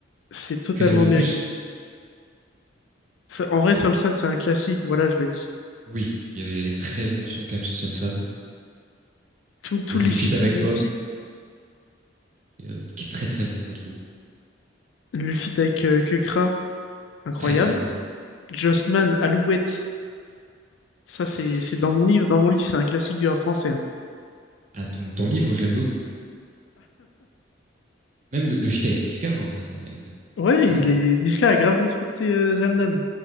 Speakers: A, on the left; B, on the right.
A: c'est totalement
B: Que dire de
A: mérité.
B: plus?
A: Ça- En vrai, Solsad, c'est un classique, voilà, je le dis.
B: Oui, il y a, il y a des très bons sons quand même sur Solsad.
A: Tous tous
B: Le, le
A: les
B: feat
A: feats sont
B: avec
A: réussis.
B: Pomme, qui, est euh, qui est très très bon, je trouve.
A: Le feat avec euh, Kekra, incroyable.
B: Très très fort.
A: Jossman, Alouette, ça, c'est
B: C'est-
A: c'est dans mon livre. Dans mon livre, c'est un classique du rap français. hein.
B: Ah, ton, ton livre, je l'aime beaucoup. Même le, le feat avec Niska, hein, même.
A: Ouais, il
B: Voilà.
A: est... Niska a grave respecté euh, Zamdan.